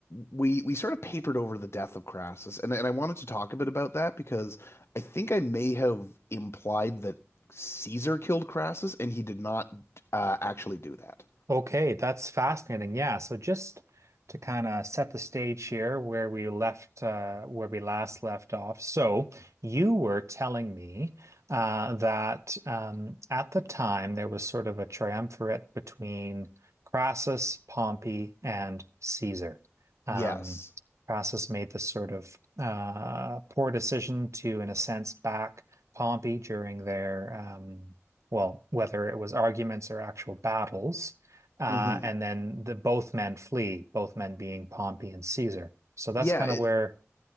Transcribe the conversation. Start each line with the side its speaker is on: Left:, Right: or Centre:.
Left: we we sort of papered over the death of Crassus and and I wanted to talk a bit about that because I think I may have implied that Caesar killed Crassus and he did not uh actually do that.
Right: Okay, that's fascinating. Yeah, so just to kind of set the stage here where we left uh, where we last left off. So you were telling me uh, that um, at the time there was sort of a triumvirate between Crassus, Pompey, and Caesar. Um,
Left: Yes.
Right: Crassus made this sort of uh, poor decision to, in a sense, back Pompey during their um, well, whether it was arguments or actual battles. Uh,
Left: hmm
Right: and then the both men flee, both men being Pompey and Caesar. So that's
Left: Yeah,
Right: kind of where